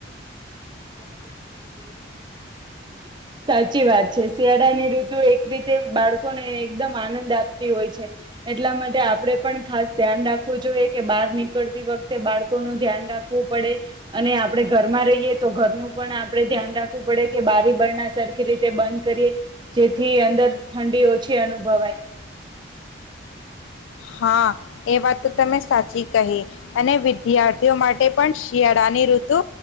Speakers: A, on the right; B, on the left.
A: <inaudible> સાચી વાત છે શિયાળાની ઋતુ એક રીતે બાળકોને એકદમ આનંદ આપતી હોય છે એટલા માટે આપણેે પણ ખાસ ધ્યાન રાખવું જોઈએ કે બહાર નીકળતી વખતે બાળકોનું ધ્યાન રાખવું પડે અને આપણે ઘરમાં રહીએ તો ઘરનું પણ આપડણે ધ્યાન રાખવું પડે કે બારી બરના. સરખી રીતે બંધ કરીએ જેથી અંદર ઠંડી ઓછી અનુભવાય.
B: હા એ વાત તો તમે સાચી કહી અને વિદ્યાર્થીઓ માટે પણ શિયાળાની ઋતુ